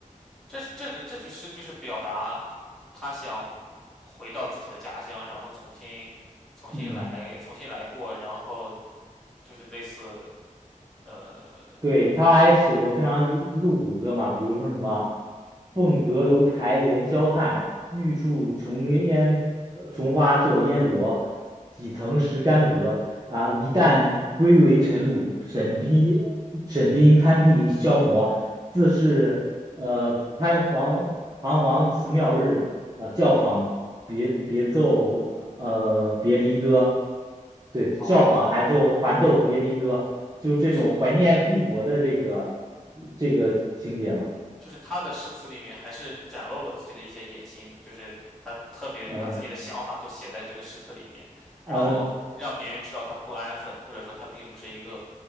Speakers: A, in the centre; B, on the right (about 30°).
A: 这是这个这就是就是表达他想回到自己的家乡，然后重新重新来重新来过，
B: 嗯。
A: 然后就是类似呃
B: 对，他还写过非常有露骨的歌嘛，比如说什么“凤阁楼台连霄汉，玉树琼烟呃琼花作烟萝，几曾识干戈啊！一旦归为尘土，沈冰沈冰攀壁消磨，自是呃攀黄彷徨辞庙日。呃教坊别别奏呃别离歌，对，教坊还奏还奏别离歌，
A: 哦，
B: 就这种怀念故国的这个
A: 就是
B: 这个情节嘛，
A: 就是他的诗词里面还是展露了自己的一些野心的，就是他特别把自己的想法都写在这个诗词里面，
B: 嗯
A: 然后让别人知道他不安分，
B: 嗯，
A: 或者说他并不是一个